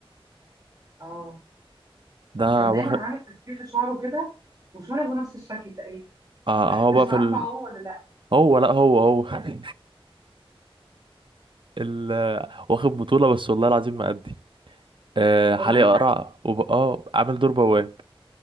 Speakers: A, on the right; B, on the right.
A: اه
B: ده
A: كان دايما
B: واخد
A: عامل تسريحة شعره كده وشنبه نفس الشكل تقريبا
B: اه
A: <laughs>
B: هو
A: مش
B: بقى في
A: عارفة
B: ال...
A: هو ولا لا
B: هو لا هو هو <laughs> ال... واخد بطولة بس والله العظيم ما أدي آه
A: والله
B: حاليا
A: حلو
B: قرع وب... اه عامل دور بواب